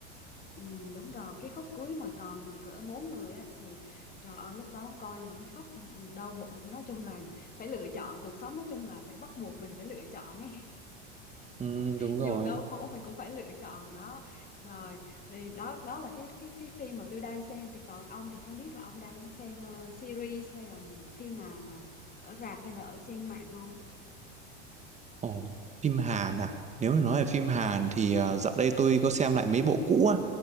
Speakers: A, on the left (about 25°); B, on the right (about 20°).
A: ừ đúng rồi cái khúc cuối mà còn cỡ bốn người á thì trời ơi lúc đó coi mà thấy khóc đau bụng nói chung là phải lựa chọn cuộc sống nói chung là phải bắt buộc mình phải lựa chọn ấy
B: ừ, đúng rồi
A: dù đau khổ mình cũng phải lựa chọn đó rồi thì đó đó là cái cái cái phim mà tôi đang xem thì còn ông thì không biết là ông đang xem ờ, series hay là phim nào mà ở rạp hay là ở trên mạng không
B: Ồ, phim Hàn à nếu mà nói về phim Hàn
A: ừ.
B: thì ờ, dạo đây tôi có xem lại mấy bộ cũ á